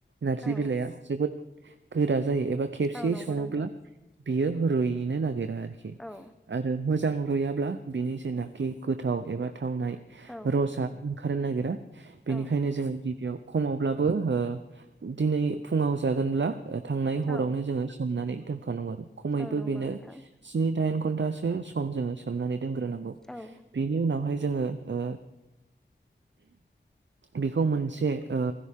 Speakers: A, on the right (about 75°); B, in the centre.
A: नारजि
B: औ
A: बिलाइआ जोबोद गोरा जायो एबा खेबसेयै
B: औ नंगौ
A: सङोब्ला
B: नोंथां
A: बियो रुयैनो नागिरा आरोखि
B: औ
A: आरो मोजां रुयाब्ला बिनि जेनाखि गोथाव एबा थावनाय
B: औ
A: रसा ओंखारनो नागिरा बेनिखायनो
B: औ
A: जोङो गिबियाव खमावब्लाबो ओ दिनै फुङाव जागोनब्ला ओ थांनाय हरावनो
B: औ
A: जोङो सोमनानै दोनखानांगौ आरो खमैबो
B: औ नंगौ
A: बेनो
B: नोंथां
A: स्नि दाइन घन्टासो सम जोङो सोमनानै दोनग्रोनांगौ
B: औ
A: बिनि उनावहाय जोङो ओ बेखौ मोनसे ओ